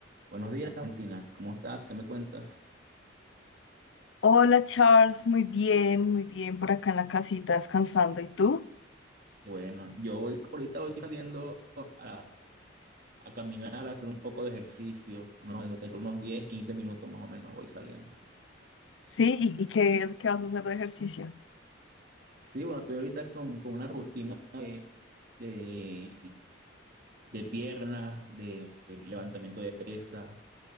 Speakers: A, on the right (about 50°); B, on the left (about 70°).
A: Buenos días, Valentina. ¿Cómo estás? ¿Qué me cuentas?
B: Hola Charles, muy bien, muy bien por acá en la casita descansando. ¿Y tú?
A: Bueno, yo voy, ahorita voy saliendo a, a caminar, a hacer un poco de ejercicio, unos, entre unos 10 15 minutos más o menos voy saliendo.
B: Sí, ¿y, y qué, qué vas a hacer de ejercicio?
A: Sí, bueno, estoy ahorita con, con una rutina de, de, de piernas, de levantamiento de pesas.